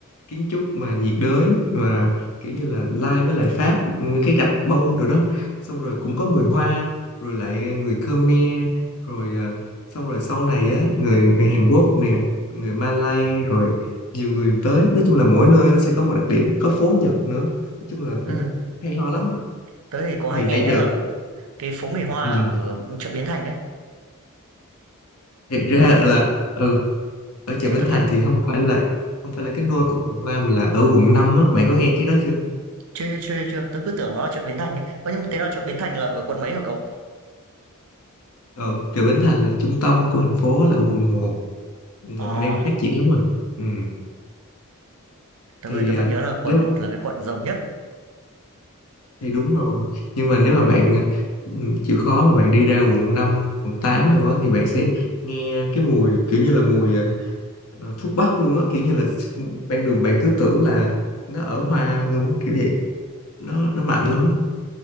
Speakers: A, on the left; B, on the right.
A: kiến trúc mà nhiệt đới mà kiểu như là lai với lại Pháp như cái gạch bông rồi đó xong rồi cũng có người Hoa rồi lại người Khmer rồi ờ, xong rồi sau này á người người Hàn Quốc nè người Malay rồi nhiều người tới nói chung là mỗi nơi nó sẽ có một đặc điểm có phố Nhật nữa nói chung là
B: Ừm,
A: cũng hay ho lắm
B: tớ thì có hay
A: thì
B: nghe
A: nãy
B: nhất
A: giờ
B: là cái phố người
A: ừ,
B: Hoa ở chợ Bến Thành ấy,
A: thiệt
B: kiểu
A: ra
B: tớ
A: là ừ ở chợ
B: Thế
A: Bến
B: tớ
A: Thành
B: thấy
A: thì không phải là không phải là cái nôi của người Hoa mà là ở quận 5 á bạn có nghe cái đó chưa
B: chưa chưa chưa chưa, tớ cứ tưởng nó là chợ Bến Thành ấy. Ơ nhưng thế là chợ Bến Thành là ở quận mấy hả cậu?
A: ở chợ Bến Thành là trung tâm của thành phố là ở quận một quận
B: Ờ,
A: một thì đang phát triển lắm rồi ừ.
B: tớ
A: thì
B: ơi, tớ vẫn
A: à,
B: nhớ là quận
A: nếu
B: bột là cái quận giàu nhất.
A: thì đúng rồi nhưng mà nếu mà bạn à, ừ, chịu khó mà bạn đi ra quận năm quận 8 rồi đó thì bạn sẽ nghe cái mùi kiểu như là mùi à, ờ, thuốc bắc luôn á kiểu như là ban đường bạn cứ tưởng là nó ở hoa luôn á kiểu vậy nó nó
B: Ờ,
A: mạnh lắm á